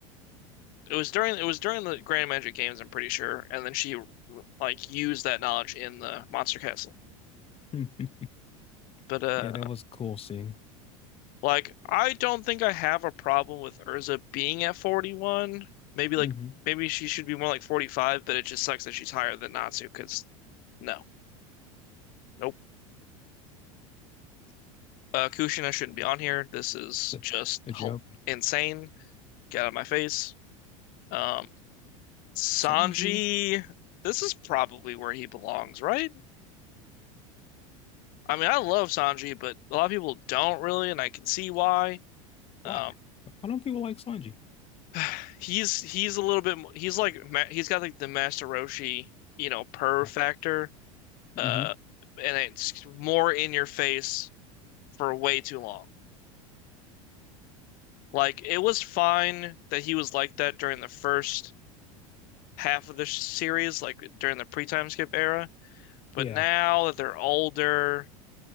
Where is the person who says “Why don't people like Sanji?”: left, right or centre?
Left